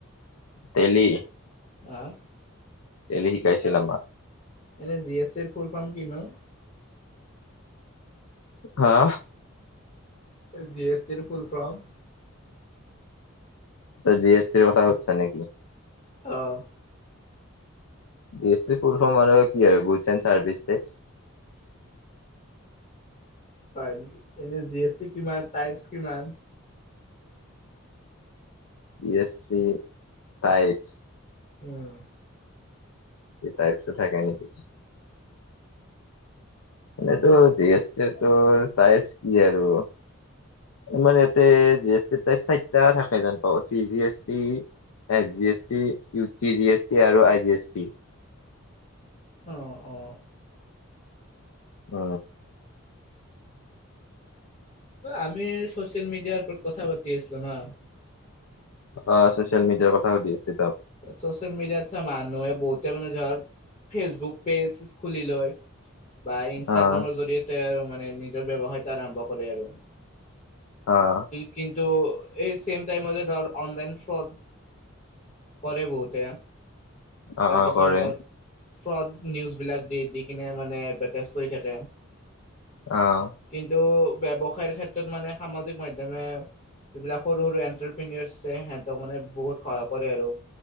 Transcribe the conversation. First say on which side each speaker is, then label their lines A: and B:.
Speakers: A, on the left (about 75°); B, on the left (about 30°).
A: তেলি
B: আহ
A: তেলি শিকাইছিল আমাক।
B: এনে জি এছ টিৰ ফুল ফাৰ্ম কিনো?
A: হা
B: জি এছ টি ৰ ফুল ফ্ৰম।
A: ত জি এছ টিৰ কথা সুদিছা নেকি?
B: আহ।
A: জি এছটি ফুল ফ্ৰম কি আৰু গুডছ এণ্ড চাৰ্ভিচ টেক্স। <inaudible>
B: হয় নেকি? এনে জি এছ টি কিমান টাইপছ কিমান?
A: G S T type.
B: উম
A: তাইপছো থাকে নেকি? সেতো তাই কি আৰু। মোৰ ইয়াতে জি এছ টি টাইপ চাইটা থাকে যেন পাওঁ G S T S G S T U T G S T আৰু আই জি এছ টি।
B: আহ অ
A: উ
B: আমি চো চিয়েল মিডিয়াৰ প কথা পাতিছিলোঁ ন
A: অ ছচিয়েল মিডিয়াৰ কথা সুধি আছে
B: ছ'চিয়েল মিডিয়াত চা মানুহে বহুতে মানে জাৰ ফেচবুক- পেছ চেছ খুলি লয় বা ইনচতাগ্ৰামত
A: অ',
B: যদিতে আও মানে নিজৰ ব্যবহাৰ কিটা আৰম্ভ কৰে আৰু
A: অ',
B: কি- ত এই চেম তাইমতে ধৰ অনলাইন ফ্ৰড- কৰে বহুতে
A: অ-অ,
B: আৰু কিছুমানে
A: কৰে।
B: ধৰ ফ্ৰড নিউজবিলাক দি-দি, কিনে মানে এডভাৰটাইজ কৰি থাকে। কিন্তু,
A: অ',
B: ব্যৱসায়ৰ ক্ষেত্ৰত মানে সামাজিক মাধ্যময়ে যিবিলাক সৰু-সৰু এণ্টিপ্ৰিনিয়েজ আছে, সিহঁতক মানে বহুত সহায় কৰে আৰু